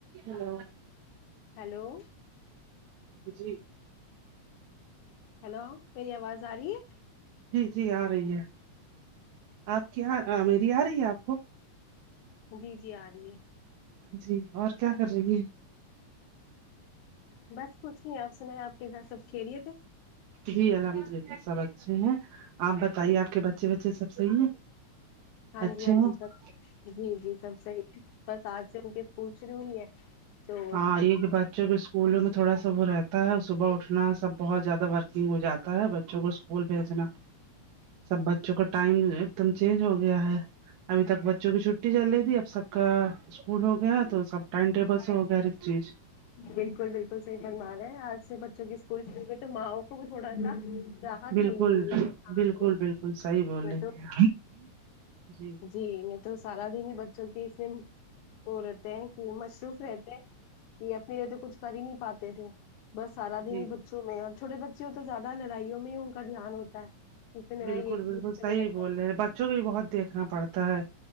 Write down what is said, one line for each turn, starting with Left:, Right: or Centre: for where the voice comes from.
Right: ہلو
Left: ہیلو
Right: جی
Left: ہیلو میری آواز آ رہی ہے
Right: جی جی آ رہی ہے آپ کی ہاں میری آرہی ہے آپ کو
Left: جی جی آ رہی ہے
Right: جی اور کیا کر رہی ہے
Left: بس کچھ نہیں آپ سنایں آپ کے گھر سب خیریت ہے
Right: جی الحمد للہ سب اچھے ہیں آپ بتائیے آپ کے بچے وچے سب صحیح ہیں
Left: ہاں
Right: اچھے
Left: جی ہاں
Right: ہیں
Left: جی سب جی جی سب سحیح بس آج سے ان کے اسکول شروع ہوئی ہے تو
Right: ہاں یے کی بچوں کے اسکولوں میں تھوڑا سا وہ رہتا ہے اور صبح اٹھنا سب بہت زیادہ ورکنگ ہو جاتا ہے بچوں کو اسکول بھیجنا سب بچوں کا ٹائم ایک دم چینج ہو گیا ہے ابھی تک بچوں کی چھٹی چل رہی تھی اب سب کا اسکول ہو گیا تو سب ٹائم ٹیبل <unintelligible> چیز
Left: بالکل بالکل صحیح فرمان ہے آج سے بچوں کے اسکول شروع ہوئے تو ماؤں کو بھی تھوڑا سا راحت
Right: بالکل
Left: ملی ہوئی
Right: بالکل
Left: ہے
Right: بالکل صحیح بول
Left: میں
Right: رہے ہیں
Left: تو
Right: جی
Left: جی تو سارا دن ہی بچوں کی اس میں وہ رہتے ہیں کہ مصروف رہتے ہیں کہ اپنے لیے تو کچھ کر ہی نہیں پاتے تھے بس سارا دن
Right: جی
Left: ہی بچوں میں اور چوٹے بچے ہو تو زیادہ لڑائیوں میں ہی ان کا دھیان ہوتا ہے اس سے میرا
Right: بالکل
Left: یہ
Right: بالکل
Left: میرا
Right: صحیح بول رہے ہیں بچوں کو بھی بہت دیکھنا پڑتا ہے